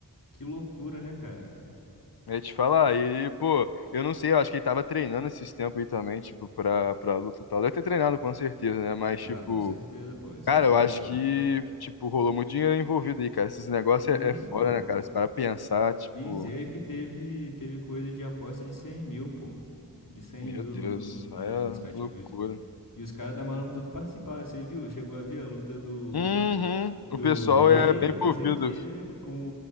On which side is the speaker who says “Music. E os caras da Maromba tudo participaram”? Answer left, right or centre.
Left